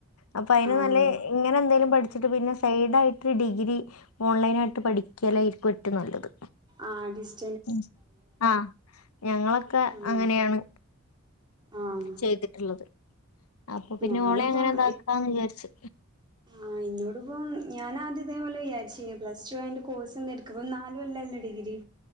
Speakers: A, on the left (about 85°); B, on the right (about 20°).
A: അപ്പ അയ്നും
B: ആഹ്
A: നല്ലെ ഇങ്ങനെന്തേലും പഠിച്ചിട്ട് പിന്നെ സൈഡായിട്ട് ഡിഗ്രി ഓൺലൈനായിട്ട് പഠിക്കലായിരിക്കും ഏറ്റും നല്ലത്
B: ആഹ് അത്‌ ശ
A: ഉം ആഹ് ഞങ്ങളൊക്കെ
B: ആഹ്
A: അങ്ങനെയാണ്
B: ആഹ്
A: ചെയ്ത് ട്ടിള്ളത് അപ്പൊ പിന്നെ
B: ഞാനിപ്പം
A: ഓളേം അങ്ങനിതാക്കാന്ന് വിചാരിച്ച്
B: ആഹ് ഇന്നോട് ഇപ്പം ഞാനാദ്യം ഇതേപോലെ വിചാരിച്ചീന് പ്ലസ് ടു കഴ്ഞ്ഞിട്ട് കോഴ്സെന്തെട് ക്ക്പ്പ നാലൊല്ലല്ലേ ഡിഗ്രി